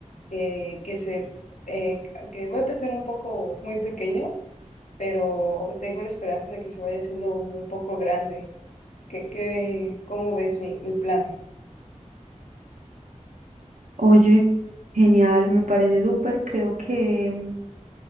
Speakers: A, on the left (about 70°); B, on the right (about 75°).
A: eh, que se eh, que voy a empezar un poco muy pequeño, pero tengo la esperanza de que se vaya haciendo un poco grande. ¿Qué, qué, cómo ves mi, mi plan?
B: Oye, genial, me parece súper. Creo que mm,